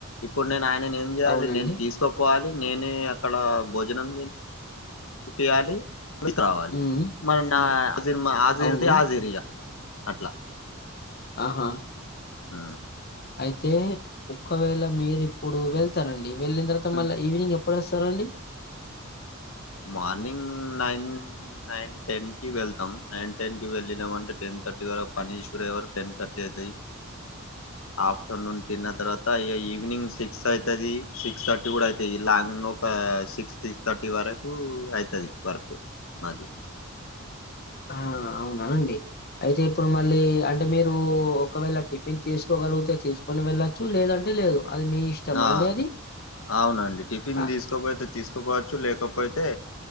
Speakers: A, on the left; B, on the left.
A: ఇప్పుడు నేను ఆయన ఏం చేయాలి
B: అవునండి
A: నేను తీసుకోపోవాలి నేనే అక్కడ భోజనం పయాల రావాలి
B: ఉమ్,
A: మరి నా మా హజిర్ది
B: అవును
A: హజరీగ అట్ల
B: ఆహా
A: ఆ
B: అయితే ఒక్కవేళ మీరు ఇప్ ఇప్పుడు వెళ్తరండి వెళ్ళిన తర్వాత
A: ఉమ్.
B: మళ్ళ ఈవినింగ్ ఏప్ ఎప్పుడేస్తరండి
A: మార్నింగ్ నైన్ నైన్ టెన్ కి వెళ్తాం నైన్ టెన్ కి వెళ్ళినా అంటే టెన్ థర్టీ వరకు పనీశ్వరయ వరకు టెన్ థర్టీ అవుతది ఆఫ్టర్నూన్ తిన్న తర్వాత అ ఈవినింగ్ సిక్స్ ఐతది సిక్స్ థర్టీ కూడా అయితుంది లాంగ్ లో ఒక సిక్స్ థర్టీ వరకు ఐతది వర్క్ నాకి
B: ఆ అవునా అండి అయితే ఇప్పుడు మళ్ళీ అ అంటే మీరు ఒకవేళ టిఫిన్ తీసుకోగలిగితే తీసుకుని వెళ్ళచ్చు లేదంటే లేదు అది మీ ఇష్టమా
A: ఆ
B: అండి అది?
A: అవునండి టిఫిన్
B: ఆహ్,
A: తీసుకోపోతే తీసుకుపోవచ్చు లేకపోయితే